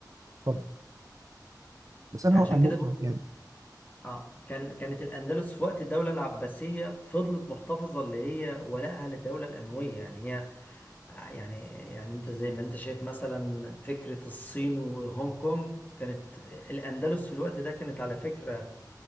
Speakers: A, on the right (about 50°); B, on the left (about 25°).
A: اتفضل
B: مم.
A: بس انا
B: عشان
A: هقول على النقطه
B: كده بقول
A: يعني
B: لك- اه كان كانت الأندلس في وقت الدولة العباسية فضلت محتفظة اللي هي ولائها للدولة الأموية يعني هي آه، يعني يعني انت زي ما انت شايف مثلا فكرة الصين وهونج كونج كانت الأندلس في الوقت ده كانت على فكرة